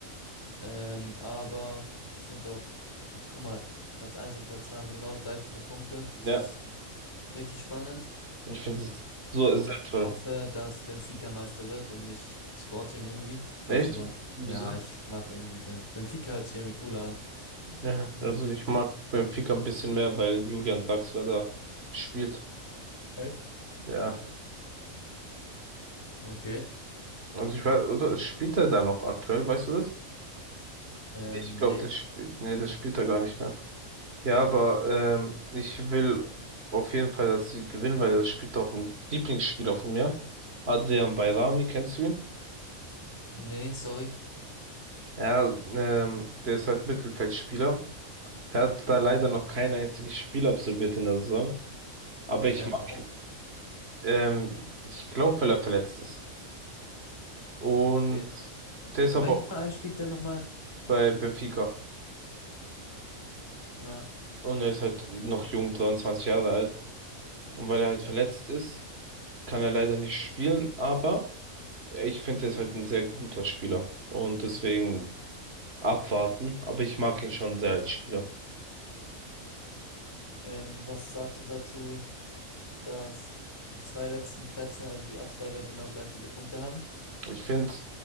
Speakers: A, on the left; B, on the right.
A: Ähm, aber ich finde es auch, also guck mal, Platz eins und Platz 2 haben genau gleich viele Punkte. Das
B: Ja,
A: ist richtig spannend.
B: ich finde es so
A: Und
B: ist sehr
A: ich
B: toll.
A: hoffe, dass Benfica Meister wird und nicht Sporting irgendwie. Ich
B: Echt?
A: weiß aber,
B: Wieso?
A: ja, ich mag irgendwie Ben- Benfica hört sich irgendwie cooler an.
B: Ja, also ich mag Benfica ein bisschen mehr, weil Julian Draxler da spielt.
A: Echt?
B: Ja,
A: Okay.
B: also ich weiß, oder spielt er da noch aktuell, weißt du das?
A: Ähm,
B: Ich glaube,
A: nee.
B: das spielt, nee, das spielt er gar nicht Ja, aber ähm, ich will auf jeden Fall, dass sie gewinnen, weil das spielt auch ein Lieblingsspieler von mir. Adrian Bayrami, kennst du ihn?
A: Nee, sorry.
B: Ja, ähm, der ist halt Mittelfeldspieler. Der hat da leider noch kein einziges Spiel absolviert in der Saison. Aber ich
A: Hä,
B: mag
A: warum?
B: ihn. Ähm, ich glaube, weil er verletzt ist. Und
A: Okay.
B: der ist
A: Bei
B: aber
A: welchem
B: auch
A: Verein spielt der nochmal?
B: bei Benfica.
A: Ah,
B: Und er ist halt noch jung, 23 Jahre alt. Und weil er halt verletzt ist, kann er leider nicht spielen, aber. Ich finde, er ist halt ein sehr guter Spieler und deswegen abwarten, aber ich mag ihn schon sehr als Spieler.
A: ähm, was sagst du dazu, dass die zwei letzten Plätze, also die Absteiger, genau gleich viele Punkte haben?
B: Ich finde